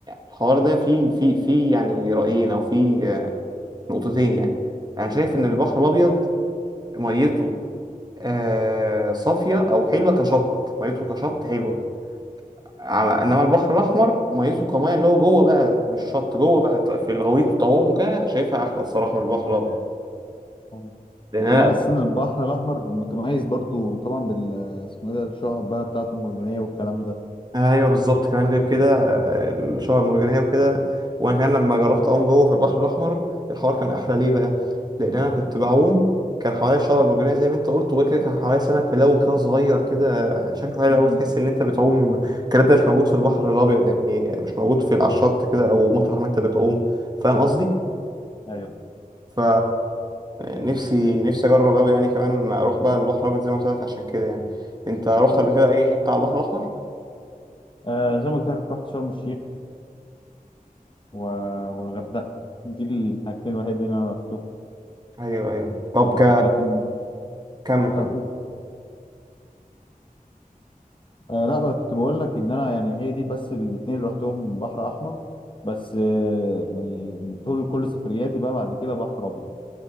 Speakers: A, on the right; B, on the left.
A: الحوار ده فيه فيه فيه يعني رأيين أو فيه نقطتين يعني أنا شايف إن البحر الأبيض ميته آه، صافية أو حلوة كشط ميته كشط حلوة على إنما البحر الأحمر ميته كمية اللي هو جوه بقى مش شط جوه بقى في الغويط والطعوم وكده شايفها أحلى الصراحة من البحر الأبيض
B: طبعاً.
A: لأن
B: وكمان
A: أنا
B: السن البحر الاحمر متميز برضو طبعا بال اسمه ايه ده الشعب بقى بتاعته المرجانيه والكلام ده
A: ايوه بالظبط كمان غير كده آه، الشعب المرجانيه وكده وانا كمان لما جربت اعوم جوه في البحر الاحمر الحوار كان احلى ليه بقى لان انا كنت بعوم كان حواليا الشعب المرجانيه زي ما انت قلت وغير كده كان حواليا سمك ملون كده صغير كده شكله حلو
B: مم.
A: قوي تحس ان انت بتعوم الكلام ده مش موجود في البحر الابيض يعني مش موجود في على الشط كده او مطرح ما انت بتعوم فاهم قصدي
B: ايوه
A: ف نفسي نفسي اجرب قوي يعني كمان اروح بقى البحر الابيض زي ما قلت لك عشان كده يعني انت رحت
B: مم.
A: قبل كده اي حته على البحر الاحمر
B: آه زي ما قلت لك رحت شرم الشيخ و... والغردقة دي الحاجتين الوحيدين اللي انا رحتهم
A: ايوه ايوه طب ك...
B: لكن
A: كمل
B: لا
A: كمل
B: أقول. آه لا بقى كنت بقول لك ان انا يعني هي دي بس الاتنين اللي رحتهم بحر احمر بس آه يعني طول كل سفرياتي بقى بعد كده بحر ابيض